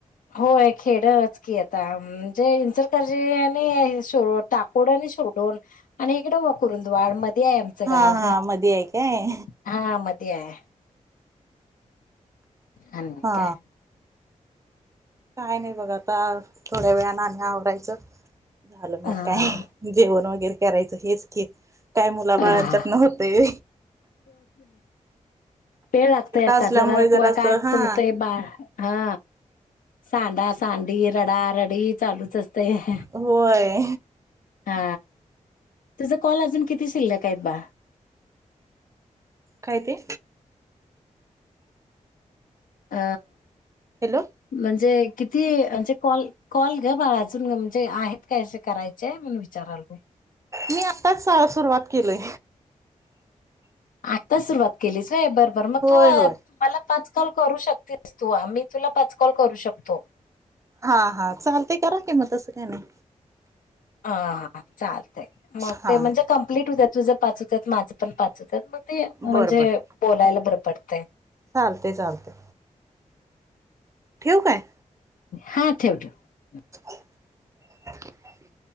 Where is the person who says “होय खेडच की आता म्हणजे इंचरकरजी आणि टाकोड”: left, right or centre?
Left